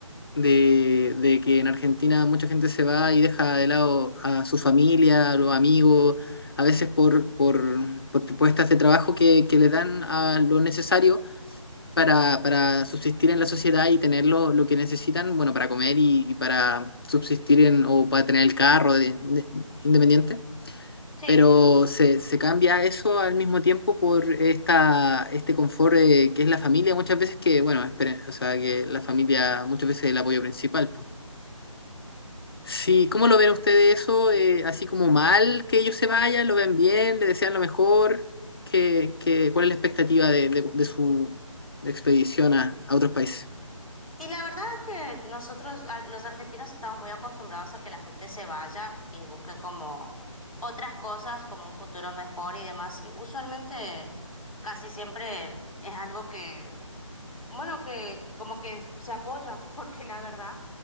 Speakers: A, on the left; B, in the centre.
A: de, de que en Argentina mucha gente se va y deja de lado a su familia, a los amigos, a veces por, por, por propuestas de trabajo que, que le dan a lo necesario para, para subsistir en la sociedad y tener lo, lo que necesitan, bueno, para comer y, y para subsistir en, o para tener el carro de- de- independiente.
B: Sí.
A: Pero se, se cambia eso al mismo tiempo por esta, este confort eh, que es la familia, muchas veces que, bueno, esperen, o sea, que la familia muchas veces es el apoyo principal, pues. Sí, ¿cómo lo ven ustedes eso? Eh, así como mal que ellos se vayan, lo ven bien, le desean lo mejor, ¿Qué, qué- cuál es la expectativa de, de- de su expedición a a otros países?
B: Y la verdad es que nosotros, a- los argentinos, estamos muy acostumbrados a que la gente se vaya y busque como otras cosas, como un futuro mejor y demás. Y usualmente casi siempre es algo que bueno, que como que se apoya, <laughs> porque la verdad